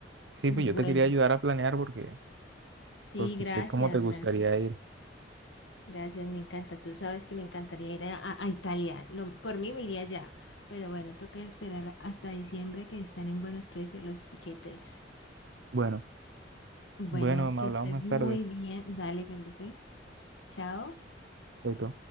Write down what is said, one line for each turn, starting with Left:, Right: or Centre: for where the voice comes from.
Right: sí,
Left: Bueno,
Right: pues yo te quería ayudar a planear porque,
Left: sí,
Right: porque
Left: gracias,
Right: sé cómo te gustaría
Left: gracias.
Right: ir.
Left: Gracias, me encanta. Tú sabes que me encantaría ir a, a- a Italia. Lo- por mí me iría ya. Pero bueno, toca esperar hasta diciembre que están en buenos precios los tiquetes.
Right: Bueno,
Left: Bueno,
Right: bueno, me
Left: que
Right: hablamos
Left: estés
Right: más
Left: muy
Right: tarde.
Left: bien. Dale, Felipe. Chao.
Right: Chaito.